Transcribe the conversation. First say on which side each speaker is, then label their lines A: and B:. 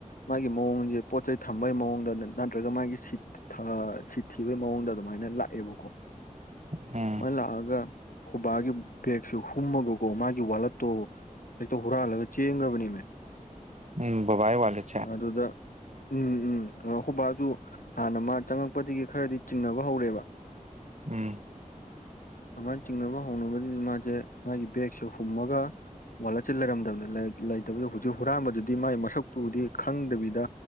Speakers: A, on the left; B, on the right.
A: ꯃꯥꯒꯤ ꯃꯑꯣꯡꯁꯦ ꯄꯣꯠ ꯆꯩꯩ ꯊꯝꯕꯒꯤ ꯃꯑꯣꯡꯗ ꯅꯠꯇ꯭ꯔꯒ ꯃꯥꯒꯤ ꯁꯤꯠ ꯁꯤꯠ ꯊꯤꯕꯩ ꯃꯑꯣꯡꯗ ꯑꯗꯨꯃꯥꯏꯅ ꯂꯑꯕꯀꯣ
B: ꯎꯝ
A: ꯃꯂꯒ ꯍꯨꯕꯒꯤ ꯕꯦꯛꯁꯤꯁꯨ ꯍꯨꯃꯒꯒꯣ ꯃꯥꯒꯤ ꯋꯥꯂꯠꯇꯣ ꯍꯦꯛꯇ ꯍꯨꯔꯥꯜꯂꯒ ꯆꯦꯡꯕꯅꯤꯃꯦ
B: ꯎꯝ ꯕꯥꯏ ꯋꯥꯂꯦꯁ
A: ꯑꯗꯨꯗ ꯎꯝ ꯎꯝ ꯑꯣ ꯑꯩꯈꯣꯏꯕꯥꯁꯨ ꯍꯥꯟꯅ ꯃꯥ ꯆꯪꯉꯛꯄꯗꯒꯤ ꯈꯔꯗꯤ ꯆꯤꯡꯅꯕ ꯍꯧꯔꯦꯕ
B: ꯎꯝ
A: ꯑꯗꯨꯃꯥꯏꯅ ꯆꯤꯡꯅꯕ ꯍꯧꯅꯕꯗꯗꯤ ꯃꯥꯁꯦ ꯃꯥꯒꯤ ꯕꯦꯒꯁꯦ ꯍꯨꯝꯃꯒ ꯋꯥꯠꯂꯠꯁꯤ ꯂꯩꯔꯝꯗꯕꯅꯤ ꯂꯩꯇꯕꯗ ꯍꯧꯖꯤꯛ ꯍꯨꯔꯥꯟꯕꯗꯨꯗꯤ ꯃꯥꯏ ꯃꯁꯛꯇꯨꯗꯤ ꯈꯪꯗꯕꯤꯗ